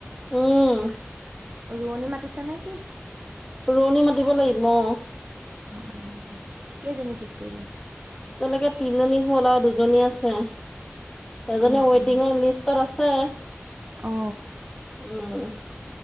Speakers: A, on the left (about 15°); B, on the right (about 35°).
A: উম।
B: ৰুৱনী মাতিছে নেকি?
A: ৰুৱনী মাতিব লাগিব অ।
B: অ কেইজনী ঠিক কৰিলা?
A: তেনেকে তিনজনী হ'ল আৰু দুজনী আছে, এজনী
B: অ
A: ৱেটিঙৰ
B: অ
A: লিষ্ট তত আছে,
B: অ
A: উম।